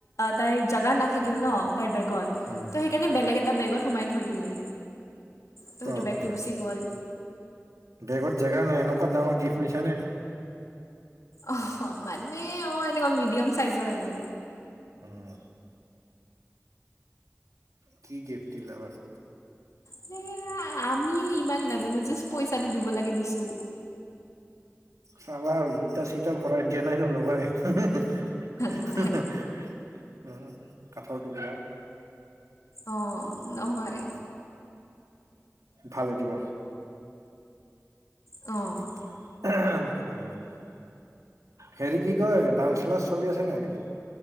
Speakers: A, on the left; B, on the right.
A: তাইৰ জাগাত নাথাকিল ন তাইৰ বেগত
B: উম
A: ত সে সেইকাৰণে বেলেগ এটা বেগত সোমাই থৈ দিলে তো
B: বাপৰে
A: সেইটো বেগটো গুচি গ'ল।
B: বেগত জেগা নাই এনেকুৱা ডাঙৰ গিফ্ট নিছানে।
A: অ মানে অ এনেকুৱা মিডিয়াম চাইজৰ আৰু
B: উম, কি গিফ্ট দিলা বাৰু
A: যে আমিও ইমান নাজানো জাষ্ট পইচাটো দিব লাগে দিছোঁ
B: চাবা আৰু ইতা চিটা ভৰাইত দিয়া নাই তো লগৰে উম
A: নাই
B: কাঠৰ টুকুৰা
A: অ নহয়
B: ভালে দিব
A: অ
B: <unintelligible> হেৰি কি কয় ডান্স ক্লাছ চলি আছে নাই এইকেইদিন